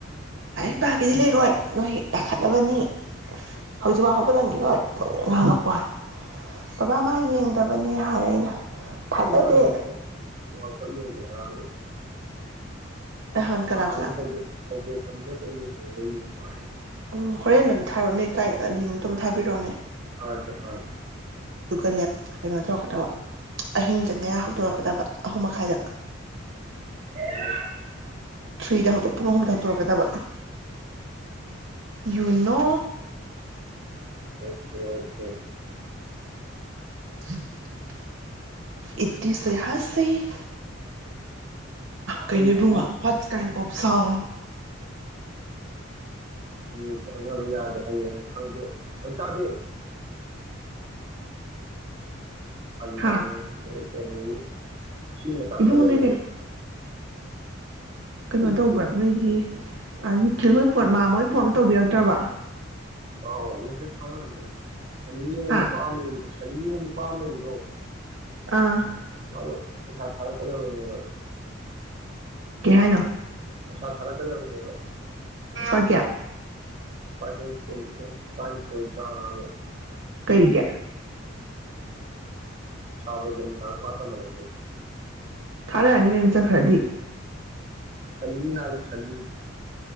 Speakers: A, on the right; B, on the right.
A: ꯂꯥꯏꯔꯤꯛ ꯄꯥꯈꯤꯗꯤ ꯂꯩꯔꯣꯏ ꯅꯣꯏ ꯂꯥꯈꯠꯂꯅꯕꯅꯤ ꯍꯧꯖꯤꯛꯐꯥꯎ ꯍꯧꯒꯠꯂꯝꯈꯤꯔꯣꯏ ꯉꯥꯡꯉꯛꯄꯅꯤ ꯕꯕꯥ ꯃꯥ ꯌꯦꯡꯗꯕꯅꯦ ꯍꯥꯏꯔꯦ ꯑꯩꯅ ꯊꯥꯖꯗꯦ
B: ꯌꯥꯗꯤ ꯋꯥꯀꯦ ꯋꯥ ꯀ ꯈꯔ
A: ꯅꯍꯥꯟ ꯀꯅꯥ
B: ꯍ
A: ꯀꯅꯥ
B: ꯍ ꯄꯟꯗ ꯁ ꯃꯕ ꯋꯥ ꯍꯥꯏꯅ
A: ꯝ ꯍꯣꯔꯦꯟꯗ ꯑꯃꯝ ꯊꯥꯔꯛꯑꯣꯅꯦꯀꯥꯏ ꯂꯤꯡꯇꯣꯝ ꯊꯥꯕꯤꯔꯛꯎꯅꯦ
B: ꯍꯣꯏ ꯍꯣꯏ
A: ꯂꯦꯞ ꯀꯩꯅꯣ ꯇꯧꯔꯛꯀꯗꯕ ꯑꯍꯤꯡꯗ ꯃꯌꯥ ꯍꯧꯗꯣꯔꯛꯀꯗꯕ ꯑꯍꯨꯝ ꯃꯈꯥꯏꯗ
B: ꯎꯝ
A: ꯊ꯭ꯔꯤꯗ ꯍꯧ ꯄꯨꯡ ꯑꯍꯨꯝꯗ ꯍꯧꯠꯇꯣꯔꯛꯀꯗꯕ ꯌꯨꯅꯣ
B: ꯑꯣꯀꯦ ꯑꯣꯀꯦ
A: <inaudible> ꯏ ꯁꯤꯍꯁꯤꯦ ꯀꯩꯩꯅꯩꯕꯨꯡꯉꯣꯠ
B: ꯅꯪꯒꯤꯁꯦ ꯃꯤꯁꯦ
A: ꯀꯥꯏꯟ ꯑꯣꯐ ꯁꯥꯎꯟ
B: ꯎꯝ ꯆꯕ ꯌꯥꯗꯦ ꯍꯥꯏ ꯈꯪꯗꯦ ꯍ ꯇꯗꯦ ꯍꯥꯏꯖꯤ
A: ꯍꯥ
B: ꯇ ꯆꯩꯅ ꯑꯁꯤ ꯃꯆꯥꯥ
A: ꯏꯕꯨꯡꯉꯣ
B: ꯈꯥ ꯂꯩꯌꯦꯕ
A: ꯅꯣꯏ ꯀꯩꯅꯣ ꯀꯩꯅꯣ
B: ꯂꯣꯏ
A: ꯇꯧꯕ꯭ꯔꯥ
B: ꯐꯩꯗ
A: ꯅꯣꯏꯒꯤ ꯅꯤꯜ ꯃꯥꯝꯃꯥꯃꯣꯏ ꯐꯣꯟꯝ ꯇꯧꯕꯤꯔꯛꯇ꯭ꯔꯕ
B: ꯑꯥꯎ ꯑꯣꯁꯦ ꯊꯉ ꯁꯅꯤꯅ
A: ꯍꯥ
B: ꯅꯨꯄꯥꯝ ꯂꯩꯕꯗꯣ ꯁꯅꯤꯅ ꯅꯨꯄꯥ ꯑꯃ ꯂꯩꯕꯗꯣ
A: ꯑꯥ
B: ꯂꯣ ꯄꯩꯁ ꯊꯔꯀꯗꯕꯅꯦꯕ
A: ꯀꯩ ꯍꯥꯏꯅꯣ
B: ꯄꯩꯁꯥ ꯊꯥꯔꯛꯀꯗꯕꯅꯦꯕꯥ
A: ꯑꯀꯌꯥ
B: <unintelligible> ꯇꯔꯥꯏꯊꯣꯏ ꯇꯔ꯭ꯉꯥ ꯃꯨꯛ
A: ꯀꯔꯤꯒꯤ
B: ꯁꯕꯖꯟ ꯃꯆꯥ ꯅꯨꯄꯥ ꯇꯝꯍꯟꯂꯛꯄꯩ
A: ꯊꯥꯔꯛꯑꯅꯤ ꯃꯌꯨꯝ ꯆꯠꯈ꯭ꯔꯗꯤ
B: ꯁꯟꯅꯤ ꯍꯥꯏꯕ ꯁꯟꯅꯤ